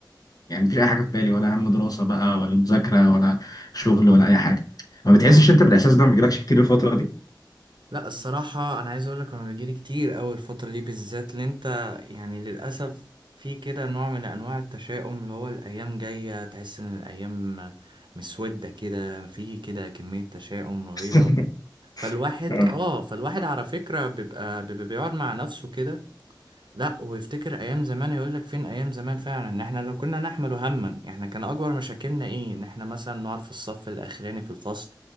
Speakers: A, on the left; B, on the right.
A: يعني مفيش اي حاجه في بالي ولا هم دراسه بقى ولا مذاكره ولا شغل ولا اي حاجه ما بتحسش
B: مم.
A: انت بالاحساس ده ما بيجيلكش كتير الفتره دي
B: لا الصراحة أنا عايز أقولك أنا بيجيلي كتير أوي الفترة دي بالذات اللي أنت يعني للأسف في كده نوع من أنواع التشاؤم اللي هو الأيام جاية تحس إن الأيام مسودة كده في كده كمية تشاؤم رهيبة
A: <laughs>
B: فالواحد
A: آه.
B: اه فالواحد على فكرة بيبقى بيبقى بيقعد مع نفسه كده لا ويفتكر ايام زمان يقول لك فين ايام زمان فعلا ان احنا لو كنا نحمل هما احنا كان اكبر مشاكلنا ايه ان احنا مثلا نقعد في الصف الاخراني في الفصل